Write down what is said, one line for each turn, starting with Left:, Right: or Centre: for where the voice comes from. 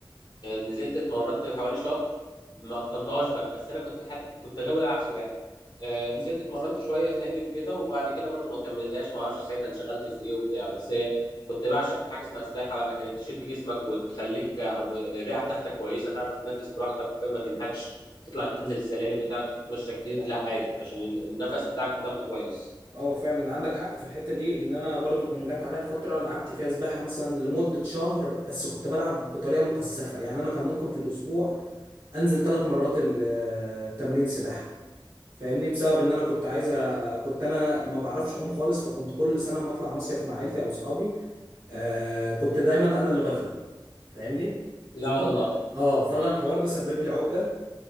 Left: آه، نزلت اتمرنت حوالي شهر ما اتقنتهاش بقى بس انا كنت حابب كنت غاوي العب سباحه آه، نزلت
Right: مم.
Left: اتمرنت شويه في نادي وكده وبعد كده برضو ما كملتهاش ما اعرفش ساعتها انشغلت في ايه وبتاع بس آه، كنت بعشق حاجه اسمها سباحه بقى كانت تشد جسمك وتخليك او الرئه بتاعتك كويسه تعرف تتنفس براحتك وفاهم ما تنهكش تطلع تنزل السلالم بتاعتك تتمشى كتير لا عادي عشان ال- النفس بتاعك بتاخده كويس
Right: اه فعلا عندك حق في الحتة دي ان انا برضو كان جات عليا فترة لعبت فيها سباحة مثلا لمدة شهر بس كنت بلعب بطريقة مكثفة يعني انا كان ممكن في الاسبوع انزل ثلاث مرات ال- آه، التمرين سباحة فاهمني بسبب ان انا كنت عايز أ-
Left: آه.
Right: كنت انا ما بعرفش اعوم خالص فكنت كل سنة اما اطلع مصيف مع عيلتي او اصحابي آه كنت دايما انا اللي بغرق فاهمني
Left: لا
Right: فأنا-
Left: والله
Right: اه فعلا الحوار ده سبب لي عقدة